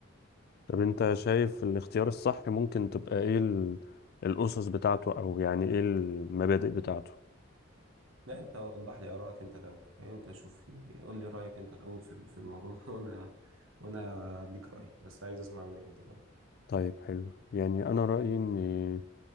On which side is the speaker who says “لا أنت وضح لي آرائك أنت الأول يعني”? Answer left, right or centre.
Right